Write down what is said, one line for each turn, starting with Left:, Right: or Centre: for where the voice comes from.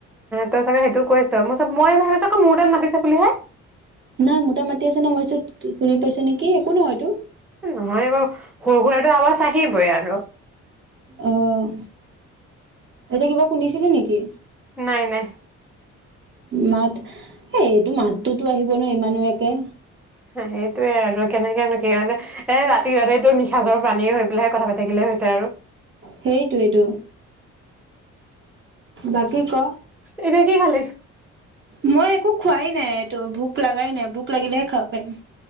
Centre: তই চাগে সেইটোও কৈছ মোৰ চ মই ভাবিছ আকৌ মোৰ তাত মাতিছে বুলিহে
Right: নাই মোটাা মাতি আছে ন মই চোত শুনি পাইছো নেকি একো নহয়তো
Centre: নহয় এইবাৰ সৰু সুৰাটো আৱাজ চাহিবই আৰু
Right: অ', এতিয়া কিবা শুনিছিলে নেকি
Centre: নাই নাই
Right: মাত এ এইটো মাতটো টো আহিব ন ইমানো একে
Centre: সেইটোয়ে আৰু কেনেকেনো কি কাৰণ যে এ ৰাতি ৰাতিটো নিসাঁচৰ প্ৰাণী হৈ পেলাই কথা পাতি থাকিলেহে হৈছে আৰু
Right: সেইটোৱেইটো বাকী ক
Centre: এতিয়া কি খালি
Right: মই <unintelligible> একো খোৱাই নাই এইটো ভোক লগাই নাই ভোক লাগিলেহে খাব পাৰিম